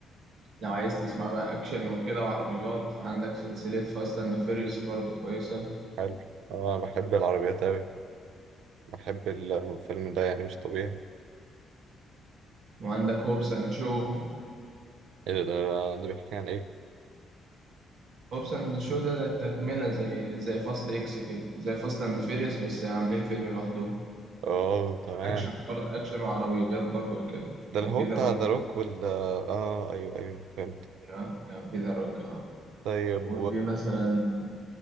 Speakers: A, on the right; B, on the right.
A: لو عايز تسمع بقى أكشن وكده وعربيات فعندك سلسلة فاست أند فيريوس برضه كويسة
B: حلو اه أنا بحب العربيات اوي بحب الفيلم ده يعني مش طبيعي
A: وعندك هوبس اند شو
B: ايه ده ده ده بيحكي عن ايه
A: هوبس اند شو ده تكملة زي زي فاست اكس كده زي فاست اند فيريوس بس عاملين فيلم لوحدهم
B: اه تمام
A: اكشن اكشن وعربيات برضه كده
B: ده
A: كان
B: اللي هو
A: في ذا
B: بتاع
A: روك
B: ذا روك وال اه آه، ايوه ايوه فهمت
A: ايوه كان في ذا روك اه
B: طيب
A: وفي مثلا